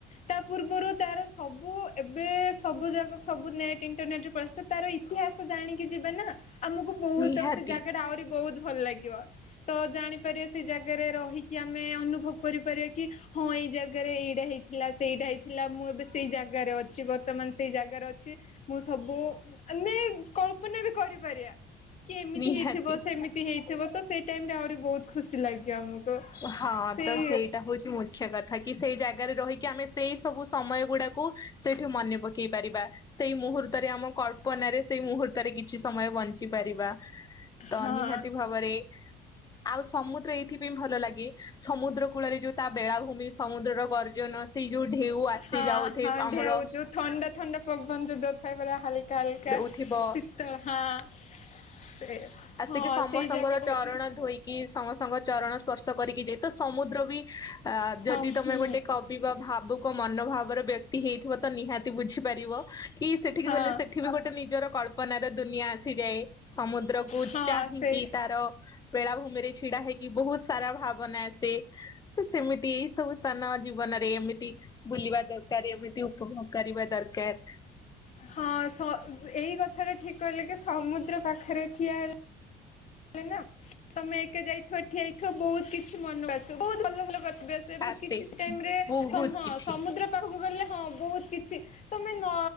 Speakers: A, on the left (about 45°); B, on the left (about 20°).
A: ତା ପୂର୍ବରୁ ତାର ସବୁ ଏବେ ସବୁ ଯାଗ ସବୁ ନେଟ୍ ଇଣ୍ଟରନେଟରେ ପରିସ୍ଥିତି ତାର ଇତିହାସ ଜାଣିକି ଯିବେ ନା ଆମକୁ ବହୁତ
B: ନିହାତି
A: ଆଉ ସେ ଜାଗା ଟା ଆହୁରି ବହୁତ ଭଲ ଲାଗିବ। ତ ଜାଣିପାରିବା ସେ ଜାଗାରେ ରହିକି ଆମେ ଅନୁଭବ କରିପାରିବା କି ହଁ ଏଇ ଜାଗାରେ ଏଇଟା ହେଇ ଥିଲା, ସେଇଟା ହେଇଥିଲା, ମୁଁ ଏବେ ସେଇ ଜାଗାରେ ଅଛି। ବର୍ତ୍ତମାନ ସେଇ ଜାଗାରେ ଅଛି ମୁଁ ସବୁ ଆମେ କଳ୍ପନା ବି କରିପାରିବା। କି ଏମିତି
B: ନିହାତି।
A: ହେଇଥିବ ସେମିତି ହେଇଥିବ ତ ସେଇ ଟାଇମରେ ଆହୁରି ବହୁତ ଖୁସି ଲାଗିବ ଆମକୁ।
B: ହଁ
A: ସେଇ
B: ତ ସେଇଟା ହଉଛି ମୁଖ୍ୟ କଥା। ଥା କିି ସେଇ ଜାଗାରେ ରହିକି ଆମେ ସେଇ ସବୁ ସମୟ ଗୁଡାକୁ ସେଠି ମନେ ପକେଇ ପାରିବା। ସେଇ ମୁହୂର୍ତ୍ତରେ ଆମ କଳ୍ପନା ରେ ସେଇ ମୁହୂର୍ତ୍ତରେ କିଛି ସମୟ ବଞ୍ଚି ପାରିବା। ତ
A: ହଁ
B: ନିହାତି ଭାବରେ ଆଉ ସମୁଦ୍ର ଏ ଭଲ ଲାଗେ ସମୁଦ୍ର କୂଳରେ ଯୋଉ ତା ବେଳାଭୂମି ସମୁଦ୍ରର ଗର୍ଜନ ସେଇ ଯୋଉ ଢେଉ ଆସିଯାଉ
A: ହଁ
B: ଥେ
A: ହଁ
B: ଆମର
A: ଢେଉ ଯୋଉ ଥଣ୍ଡା ଥଣ୍ଡା ପବନ ଯ ଦଉ ଥାଏ ପୁରା ହାଲକା ହାଲକା
B: ଦଉଥିବ
A: ଶୀତଳ ହଁ ସେ
B: ଆସିକି
A: ହଁ
B: ସମସ୍ତଙ୍କର
A: ସେଇ ଜାଗାରେ
B: ଚରଣ ଧୋଇକି କି ସମସ୍ତଙ୍କ ଚରଣ ସ୍ପର୍ଶ କରିକି ଯାଇ ତ ସମୁଦ୍ର ବି ଅ
A: ହଁ
B: ଯଦି ତମେ
A: ହୁଁ
B: ଗୋଟେ କ ବି ଭାବୁକ ମନୋଭାବର ବ୍ୟକ୍ତି ହେଇଥିବ ତ ନିହାତି ବୁଝିପାରିବ କି ସେଠିକି
A: ହଁ
B: ଗଲେ ସେଠି ବି ଗୋଟେ ନିଜର କଳ୍ପନାର ଦୁନିଆ ଆସିଯାଏ ସମୁଦ୍ରକୁ
A: ହଁ
B: ଚାହିଁକି
A: ସେଇଠି
B: ତାର ବେଳା ଭୂମିରେ ଛିଡ଼ା ହେଇ କି ବହୁତ ସାରା ଭାବନା ଆସେ। ତ ସେମିତି ଏଇ ସବୁ ସ୍ଥାନ ଜୀବନରେ ଏମିତି ବୁଲିବା ଦରକାର ଏମିତି ଉପଭୋଗ କରିବା ଦରକାର।
A: ହଁ ସ ଏଇ କଥା ଟା ଠିକ କହିଲ କି ସମୁଦ୍ର ପାଖରେ ଠିଆ ହେଲେ ହେ ନା ତମେ ଏକା ଯାଇଥିବ ଠିଆ ହେଇଥିବ ବହୁତ କିଛି ମନେକୁ ଆସିବ ବହୁତ ଭଲ ଭଲ କଥା ବି ଆସ ସେ ବହୁତ
B: ଆସେ
A: କିଛି ଟାଇମ ରେ
B: ବହୁତ
A: ହଁ
B: କିଛି
A: ସମୁଦ୍ର ପାଖକୁ ଗଲେ ହଁ ବହୁତ କିଛି ତମେ ନ